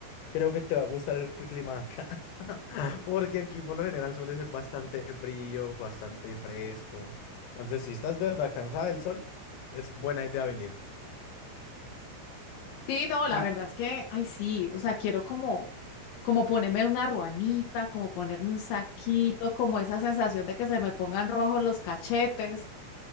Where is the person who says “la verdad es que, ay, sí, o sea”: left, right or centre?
Left